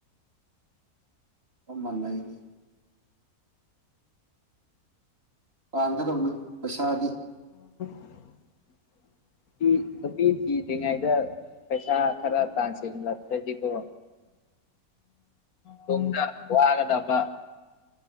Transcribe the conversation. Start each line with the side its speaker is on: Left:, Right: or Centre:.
Right: ꯑꯣ ꯃꯥꯟꯅꯅꯦ ꯑꯗ ꯄꯁꯥꯗꯤ
Left: <unintelligible> <inaudible> ꯅꯨꯄꯤ ꯅꯨꯄꯤ ꯊꯤ꯭ꯔꯤꯉꯩꯗ ꯄꯩꯁꯥ ꯈꯔ ꯇꯥꯟꯁꯤꯜꯕꯗꯤꯀꯣ ꯇꯗ ꯋꯥꯒꯗꯕ